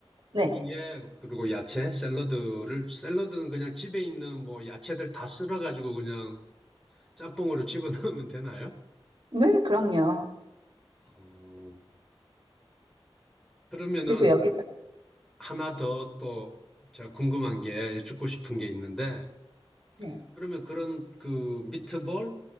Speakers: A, in the centre; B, on the right.
A: 거기에
B: 네.
A: 그리고 야채, 샐러드를 샐러드는 그냥 집에 있는 뭐 야채들 다 썰어가지고 그냥 짬뽕으로 <laughs> 집어넣으면 되나요?
B: 네, 그럼요.
A: 어, 그러면은
B: 그리고 여기다,
A: 하나 더 또 제가 궁금한 게 여쭙고 싶은 게 있는데
B: 네.
A: 그러면 그런 그 미트볼